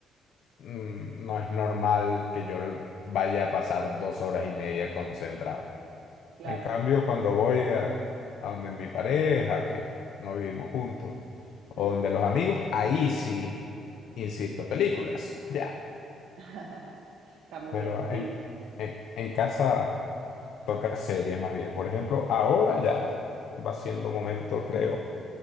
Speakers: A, on the left; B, on the right.
A: mm, no es normal que yo vaya a pasar dos horas y media concentrado.
B: claro.
A: En cambio, cuando voy a, a donde mi pareja, que no vivimos juntos, o
B: Mm.
A: donde los amigos, ahí sí, insisto, películas, ya.
B: <laughs> Está muy
A: Pero
B: bien, sí.
A: en, en en casa... Toca series más bien. Por ejemplo, ahora ya va siendo momento, creo,